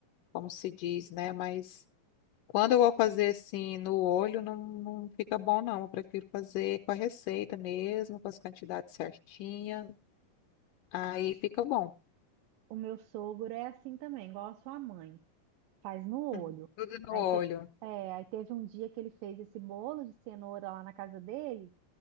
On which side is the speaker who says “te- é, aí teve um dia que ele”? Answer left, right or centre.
Right